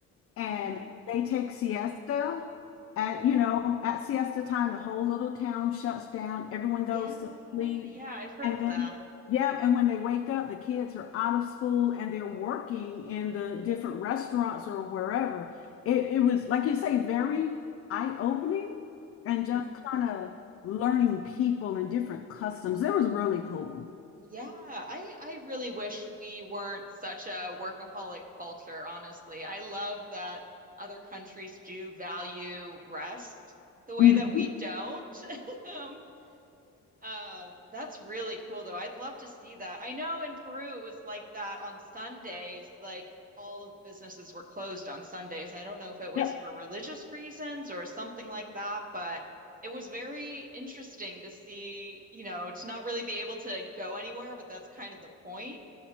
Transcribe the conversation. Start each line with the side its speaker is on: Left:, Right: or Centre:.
Left: And
Right: hmm
Left: they take siesta at, you know, at siesta time, the whole little town shuts down. Everyone
Right: Yeah.
Left: goes to sleep.
Right: Yeah, I've heard
Left: And
Right: of
Left: then,
Right: that.
Left: yeah, and when they wake up, the kids are out of school and they're working in the different restaurants or wherever. It, it was, like you say, very eye-opening and just kind of learning people and different customs. It was really cool.
Right: Yeah, I I really wish we weren't such a workaholic culture, honestly. I love that other countries do value rest the way
Left: Mhm.
Right: that we don't. <laughs> Um, um, that's really cool though. I'd love to see that. I know in Peru it was like that on Sundays, like all of the businesses were closed on Sundays. I don't know if it was
Left: Yep. <laughs>
Right: for religious reasons or something like that, but it was very interesting to see, you know, to not really be able to go anywhere, but that's kind of the point